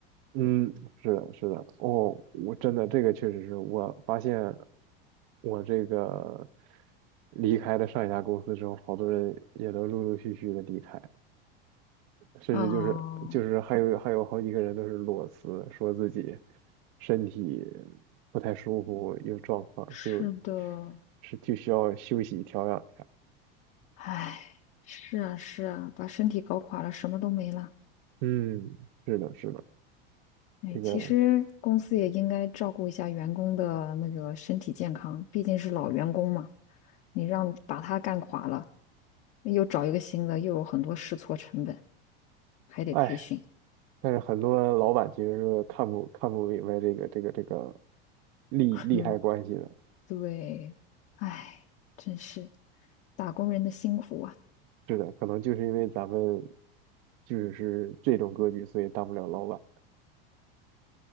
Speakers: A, on the right (about 55°); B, on the left (about 45°).
A: 嗯，是的，是的。哦，我真的这个确实是我发现我这个离开了上一家公司之后，好多人也都陆陆续续的离开。甚至就是就是还有还有好几个人都是裸辞，
B: 啊。
A: 说自己身体不太舒服，有状况，
B: 是的，
A: 就是就需要休息调养一下。
B: 哎，是啊，是啊，把身体搞垮了，什么都没了。
A: 嗯，是的，是的，
B: 哎，
A: 这个，
B: 其实公司也应该照顾一下员工的那个身体健康，毕竟是老员工嘛，你让把他干垮了，又找一个新的，又有很多试错成本，还得培训。
A: 哎，但是很多老板其实是看不看不明白这个这个这个利利害关系的。
B: 嗯，对，哎，真是打工人的辛苦啊，
A: 是的，可能就是因为咱们就是这种格局，所以当不了老板。